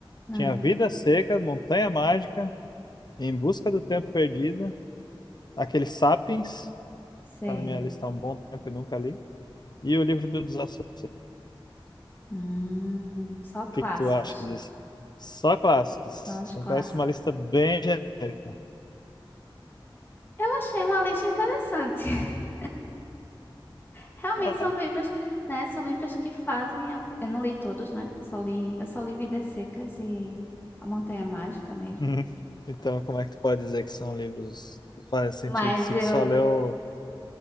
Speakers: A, on the left; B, on the left.
A: Ah,
B: Tinha Vida Seca, Montanha Mágica, Em Busca do Tempo Perdido, aquele Sapiens.
A: sei.
B: Tá na minha lista há um bom tempo e nunca li. E o livro do Desassossego.
A: Hum, só clássicos.
B: O que que tu acha disso? Só clássicos.
A: Só os
B: assim,
A: clássicos.
B: Parece uma lista bem genérica.
A: Eu achei uma lista interessante. <laughs> Realmente
B: É.
A: são livros, né? São livros que fazem. a- Eu não li todos, né? Só li... Eu só li Vidas Secas e A Montanha Mágica mesmo.
B: <laughs> Então, como é que tu pode dizer que são livros que fazem sentido
A: Mas
B: se
A: eu.
B: tu só leu